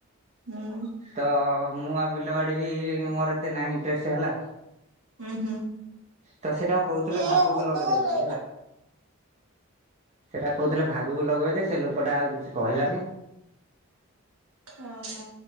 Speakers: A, on the right; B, on the right.
A: ହୁଁ।
B: ତ ମୁଁ ଆଉ ବିଲବାଡି ବି ମୋର ଏତେ ନାହିଁ ଇଣ୍ଟରେଷ୍ଟ ହେଲା।
A: ହୁଁ ହୁଁ
B: ତ ସେଇଟା କହୁଥିଲେ ଭାଗକୁ
A: ହଁ।
B: ଲଗେଇଦେ ବୋଲି ସେଟା କହୁଥିଲେ ଭାଗକୁ ଲଗେଇବା ଯେ ସେ ଲୋକଟା ଆଉ କିଛି କହିଲାନି।
A: ଓ ହୋ